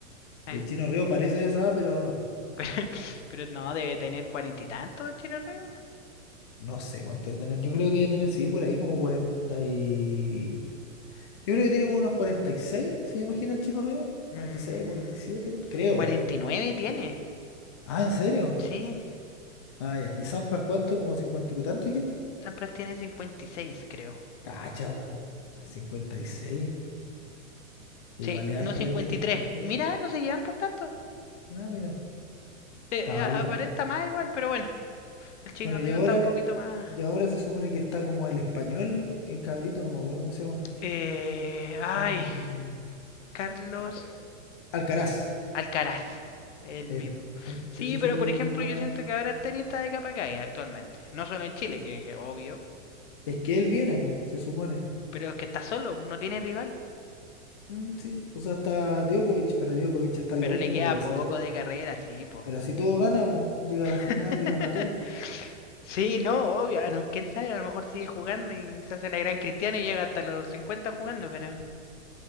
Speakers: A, on the left; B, on the left.
A: Eh,
B: El Chino Río parece de esa, edad, pero no.
A: <laughs> pero,
B: no.
A: pero no, debe tener cuarenta y tantos, Chino Reo.
B: No sé cuánto debe tener. Yo creo que debe tener, sí, por ahí como 40 y... Yo creo que tiene como unos cuarenta y seis ¿se imagina el Chino Río?
A: Mmm.
B: cuarenta cuarenta y seis cuarenta y siete creo.
A: 49 tiene.
B: Ah, ¿en serio?
A: Sí,
B: Ah, ya. ¿Y Sampras cuánto? ¿Como 50 y tanto, dijiste
A: Sampras tiene 56, creo.
B: Cacha, po. 56. Igual
A: Sí,
B: es harta
A: no cincuenta
B: la diferencia,
A: y tres.
B: ¿viste?
A: Mira, no se llevan por tanto.
B: Ah, mira.
A: Eh,
B: Ah,
A: eh, aparenta
B: pero...
A: más igual, pero bueno. El chino
B: Bueno,
A: Río
B: y ahora,
A: está un poquito más.
B: y ahora se supone que está como el español, el cabrito, no me acuerdo cómo se llama.
A: Eh, ay,
B: Como...
A: Carlos
B: que está- Alcaraz.
A: Alcaraz. El
B: Él.
A: mismo.
B: Él,
A: Sí,
B: él se
A: pero
B: supone
A: por
B: que
A: ejemplo,
B: viene ahora...
A: yo siento que ahora el tenista de Capacay actualmente. No solo en
B: sí,
A: Chile, que obvio.
B: Es que él viene, pues, se supone.
A: Pero es que está solo, no tiene rival.
B: Mm, sí, o sea, está Djokovic, pero Djokovic está en
A: Pero
B: la última
A: le queda
B: y así
A: poco
B: todo.
A: de carrera, sí, po.
B: Pero así todo gana, pues. Llega
A: <laughs>
B: a la final y gana todo.
A: sí, no, obvio. ah, no, Quién sabe, a lo mejor sigue jugando y se hace la gran cristiana y llega hasta los 50 jugando, pero.